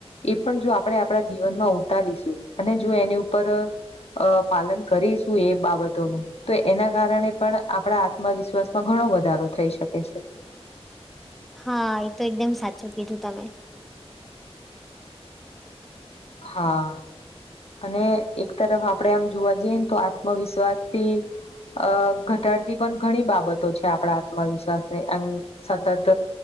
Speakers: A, on the left (about 70°); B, in the centre.
A: એ પણ જો આપણે આપણા જીવનમાં ઉતારીશું અને જો એની ઉપર અ પાલન કરીશું એ બાબતોનું તો એના કારણે પણ આપણા મા વિશ્વાસમાં ઘણો વધારો થઈ શકે છે.
B: હા એ તો એકદમ સાચું કીધું તમે.
A: હા. અને એક તરફ આપણેે આમ જોવા જઈએ ને તો આત્મવિશ્વાસથી અ ઘટાડતી પણ ઘણી બાબતો છે આપણા આત્મવિશ્વાસ ને એમ સતત